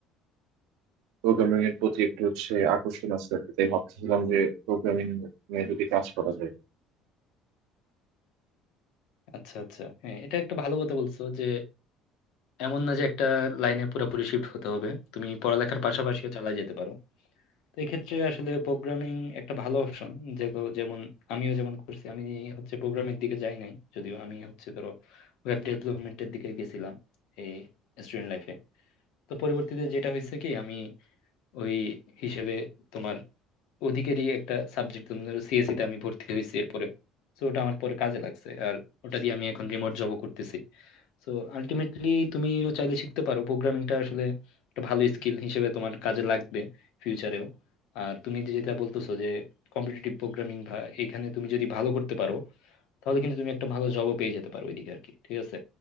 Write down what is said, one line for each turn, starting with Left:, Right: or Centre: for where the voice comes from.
Right: প্রোগ্রামিং এর প্রতি একটু হচ্ছে আকর্ষণ আছে আর কি তাই ভাবতেছিলাম যে প্রোগ্রামিং নিয়ে যদি কাজ করা যায়
Left: আচ্ছা আচ্ছা হ্যাঁ এটা একটা ভালো কথা বলছো যে এমন না যে একটা লাইনে পুরোপুরি শিফট হতে হবে তুমি পড়ালেখার পাশাপাশিও চালা যেতে পারো তো এই ক্ষেত্রে আসলে প্রোগ্রামিং একটা ভালো অপশন যেগুলো যেমন আমিও যেমন করছি আমি হচ্ছে প্রোগ্রামের দিকে যাই নাই যদিও আমি হচ্ছে ধরো ওয়েব ডেভেলপমেন্টের দিকে গেছিলাম এই স্টুডেন্ট লাইফে তো পরবর্তীতে যেটা হয়েছে কি আমি ওই হিসেবে তোমার ওদিকেরই একটা সাবজেক্ট তুমি ধরো সিএসসি তে আমি ভর্তি হয়েছি এরপরে তো ওটা আমার পরে কাজে লাগছে আর ওটা দিয়ে আমি এখন রিমোট জবও করতেছি তো আলটিমেটলি তুমিও চাইলে শিখতে পারো প্রোগ্রামিংটা আসলে একটা ভালো স্কিল হিসেবে তোমার কাজে লাগবে ফিউচারেও আর তুমি যে যেটা বলতেছো যে কম্পিটিটিভ প্রোগ্রামিং বা এখানে তুমি যদি ভালো করতে পারো তাহলে কিন্তু তুমি একটা ভালো জবও পেয়ে যেতে পারো ওইদিকে আর কি ঠিক আছে